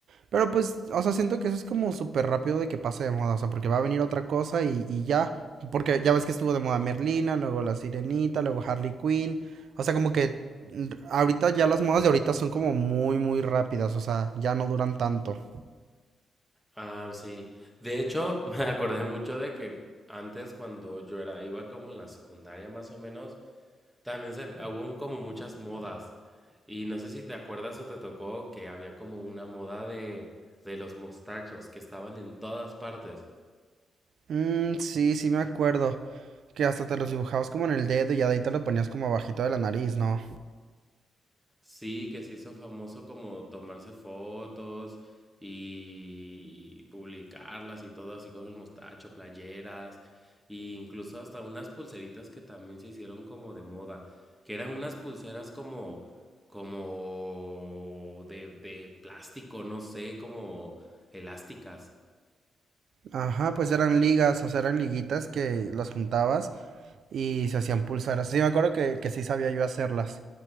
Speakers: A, on the right; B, in the centre.
A: Pero pues, o sea, siento que eso es como súper rápido de que pase de moda, o sea, porque va a venir otra cosa y, y ya, porque ya ves que estuvo de moda Merlina, luego la Sirenita, luego Harley Quinn, o sea, como que mm, ahorita ya las modas de ahorita son como muy, muy rápidas, o sea, ya no duran tanto.
B: Ah, sí. De hecho, <laughs> me acordé mucho de que antes cuando yo era, iba como en la secundaria más o menos, también se, hubo como muchas modas. Y no sé si te acuerdas o te tocó que había como una moda de, de los mostachos que estaban en todas partes.
A: Mm, sí, sí me acuerdo, que hasta te los dibujabas como en el dedo y ya de ahí te lo ponías como abajito de la nariz, ¿no?
B: Sí, que se hizo famoso como tomarse fotos y publicarlas y todo así con el mostacho, playeras, e incluso hasta unas pulseritas que también se hicieron como de moda, que eran unas pulseras como, como de, de plástico, no sé, como elásticas.
A: Ajá, pues eran ligas, o sea, eran liguitas que las juntabas y se hacían pulseras. Sí, me acuerdo que, que sí sabía yo hacerlas,